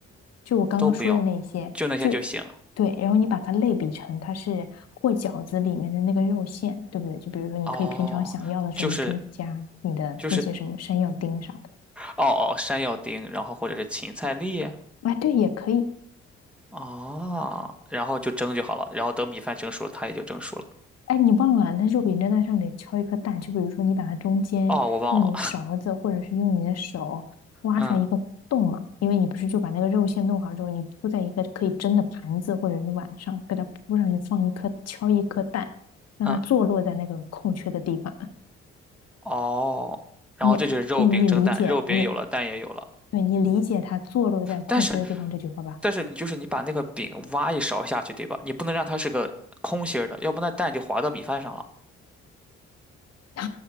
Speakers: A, on the left (about 60°); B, in the centre.
A: 就我刚刚说的那些，
B: 都不用，就那些就行。
A: 就对，然后你把它类比成它是和饺子里面的那个肉馅，对不对？就比如说，你可以平常想要的时候，
B: 哦，就是
A: 你可以加你的那些什么山药丁啥的。
B: 就是哦哦，山药丁，然后或者是芹菜粒，
A: 哎，对，也可以。
B: 哦，然后就蒸就好了，然后等米饭蒸熟了它也就蒸熟了。
A: 哎，你忘了，那肉饼蒸蛋上得敲一颗蛋。就比如说，你把它中间用你的勺子或者是用你的手挖出来一个洞嘛，
B: 哦，我忘了，嗯
A: 因为你不是就把那个肉馅弄好之后，你铺在一个可以蒸的盘子或者是碗上，给它铺上去，放一颗敲一颗蛋，让它坐落在那个空缺的地方。
B: 嗯，哦，然后这就是肉饼蒸蛋，
A: 你你你理解你，
B: 肉饼有了，蛋也有了，
A: 对你理解他坐落在空缺的地方这句话吧？
B: 但是但是你就是你把那个饼挖一勺下去，对吧？你不能让它是个空心儿的，要不那蛋就滑到米饭上了，
A: 啊，